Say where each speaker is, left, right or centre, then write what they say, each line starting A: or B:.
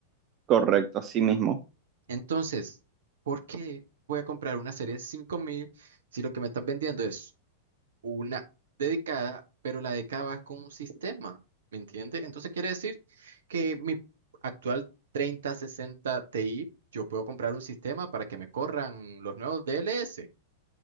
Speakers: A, on the right; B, on the right.
A: Correcto, así mismo.
B: Entonces, ¿por qué voy a comprar una serie de 5000 si lo que me estás vendiendo es una dedicada, pero la dedicada va con un sistema? ¿Me entiendes? Entonces quiere decir que mi actual treinta sesenta Ti, yo puedo comprar un sistema para que me corran los nuevos DLS.